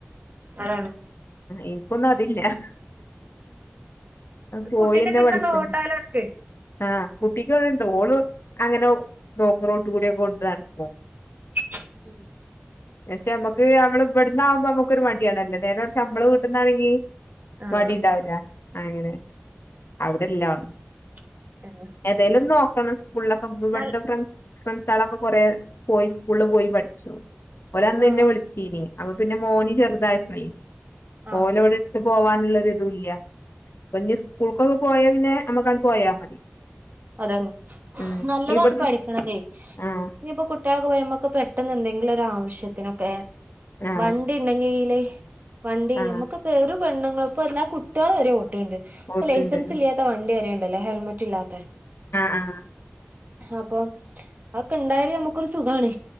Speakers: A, on the right (about 45°); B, on the left (about 70°).
A: അതാണ്
B: ഇന്ക് ഒന്നും അതില്ല <inaudible> പോയിഞ്ഞെ
A: കുട്ടീന്റെക്കെ എടുത്താണ്ട്
B: പഠിക്ക
A: ഓട്ടാലോ അനക്ക്
B: ആ കുട്ടിക്ക് വിടണ്ട് ഓൾ അങ്ങനെ നോക്ക റോടുകൂടിയൊക്കെ ഓട്ടി നടക്കും
A: <inaudible>
B: പക്ഷെ നമ്മക്ക് നമ്മള് ഇവിടന്നാകുമ്പോ നമ്മക്ക് ഒരു മടിയാണല്ലേനേരെ പക്ഷെ നമ്മള് കൂട്ടുന്നാണെങ്കി
A: ആഹ്
B: മടി ഇൻണ്ടാവില്ല അങ്ങനെ അവിടെലാ ണ്
A: <inaudible>
B: ഏതേലിലും നോക്കണം സ്കൂളിലൊക്കെ സ്കൂൾ പടത്തൊക്കെ
A: നൽ
B: ഫ്രണ്ട്സാളൊക്കെ കൊറെ പോയി സ്കൂളിൽ പോയി പഠിച്ചു ഓർ അന്ന്ന്നെ
A: ആഹ്
B: വിളിച്ചീലെന്നി അപ്പൊ പിന്നെ മോന് ചെറുതായ പയേ
A: ആഹ്
B: ഓലെ ഇവിടെ ഇട്ട് പോവാനുള്ളൊരു ഇതും ഇല്ല ഇപ്പൊ ഞ്ഞി സ്കൂൾക്കൊക്കെ പോയ പിന്നെ അമ്മക്കാണ്ട് പോയാ മതി
A: അതെ
B: ഉം
A: നല്ലതാണ്
B: ഇവിടുന്ന്
A: പഠിക്കണത് ഇനിയിപ്പൊ
B: ആഹ്
A: കുട്ടികളൊക്കെ പോയാ നമ്മക്ക് പെ പെട്ടെന്ന് എന്തെങ്കിലും ഒരുവശ്യത്തിനൊക്കെ
B: ആഹ്
A: വണ്ടി ഉണ്ടെങ്കലേ വണ്ടി
B: ആഹ്
A: നമുക്കിപ്പ വറ ഒരു പെണ്ണുങ്ങളും ഇപ്പോ എല്ല കുട്ടികളും വരെ ഓട് ഇപ്പ
B: പോത്ത്ണ്ട്
A: ലൈസൻസ് ഇല്ലാത്ത വണ്ടി വരെെയുണ്ട് ല്ല ഹെൽമെറ്റ് ഇല്ലാത്ത
B: ആഹ് ആഹ്
A: അപ്പൊ അതൊക്കെ ഇണ്ടായല് നമ്മുക്കൊരു സുഖമാണ്